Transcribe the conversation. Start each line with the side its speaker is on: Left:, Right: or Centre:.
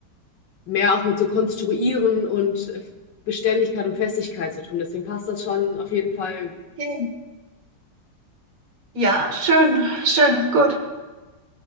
Left: mehr auch mit so Konstruieren und äh, Beständigkeit und Festigkeit zu tun. Deswegen passt das schon auf jeden Fall.
Right: Okay. Ja, schön, schön, gut.